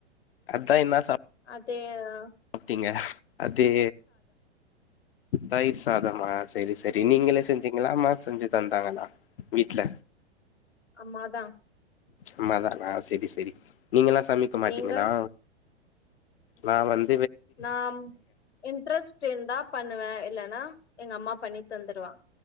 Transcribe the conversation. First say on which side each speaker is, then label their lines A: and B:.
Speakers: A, on the left; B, on the left.
A: அத்தா என்ன சாப்
B: த்தே ஆ
A: அப்டீங்க அதே தயிர் சாதமா செரி செரி
B: ம்
A: நீங்களே செஞ்சி கள அம்மா செஞ்சு தந்தாங்களா வீட்டு்ல
B: அம்மா தா
A: அம்மாதானா செரி செரி நீங்கல்லா சமைக்க மாட்டீங்களா
B: நீங்க
A: நா வந்
B: நா இன்ட்ரெஸ்ட் இருந்தா பண்ணுவே இல்லன்னா எங்க அம்மா பண்ணி தந்துடுவா